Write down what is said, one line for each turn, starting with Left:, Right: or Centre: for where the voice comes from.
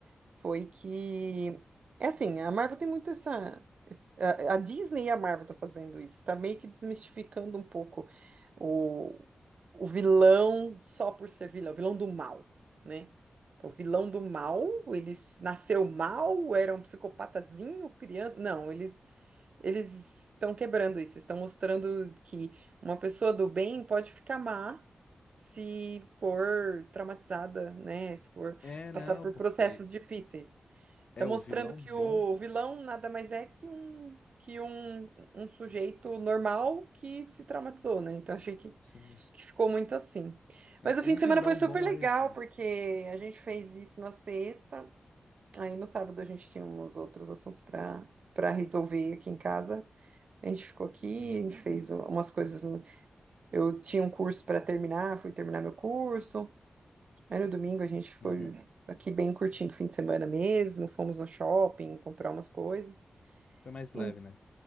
Right: foi que. É assim, a Marvel tem muito essa. esse- A a Disney e a Marvel tá fazendo isso. Tá meio que desmistificando um pouco o, o vilão só por ser vilão, o vilão do mal, né? Então, o vilão do mal, ele s- nasceu mal, era um psicopatazinho, criança. Não, eles eles estão quebrando isso, estão mostrando que uma pessoa do bem pode ficar má se for traumatizada, né? Se for,
Left: É,
Right: se passar
Left: não,
Right: por
Left: porque
Right: processos difíceis. Está
Left: é
Right: mostrando
Left: o vilão
Right: que
Left: bom.
Right: o vilão nada mais é que um que um, um sujeito normal que se traumatizou, né? Então achei que,
Left: Sim.
Right: que ficou muito assim. Mas
Left: É,
Right: o
Left: o
Right: fim de
Left: vilão
Right: semana foi super
Left: bom
Right: legal,
Left: é isso, né?
Right: porque a gente fez isso na sexta, aí no sábado a gente tinha uns outros assuntos para para resolver aqui em casa. A gente ficou aqui,
Left: Uhum,
Right: a gente fez umas coisas. no- Eu tinha um curso para terminar, fui terminar meu curso. Aí no domingo a gente foi
Left: uhum.
Right: aqui bem curtindo o fim de semana mesmo. Fomos no shopping comprar umas coisas.
Left: Foi mais leve,
Right: Hum,
Left: né?